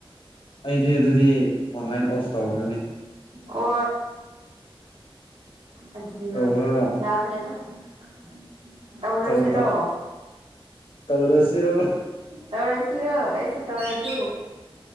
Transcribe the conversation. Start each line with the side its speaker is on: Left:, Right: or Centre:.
Left: ꯑꯩꯗꯤ ꯑꯗꯨꯗꯤ ꯑꯣꯟꯂꯥꯏꯟ ꯑꯣꯐ ꯇꯧꯈ꯭ꯔꯅꯤ
Right: ꯑꯣ ꯑꯗꯨꯗꯤ
Left: ꯇꯧꯈ꯭ꯔꯔꯣ
Right: ꯅꯪ ꯌꯥꯗ꯭ꯔꯦꯗ <inaudible> ꯇꯧꯅꯁꯤꯔꯣ
Left: ꯇꯧ ꯇꯧ ꯇꯧꯔꯁꯤꯔꯣ
Right: ꯇꯧꯔꯁꯤꯔꯣ ꯑꯩꯁꯨ ꯇꯧꯔꯒꯦ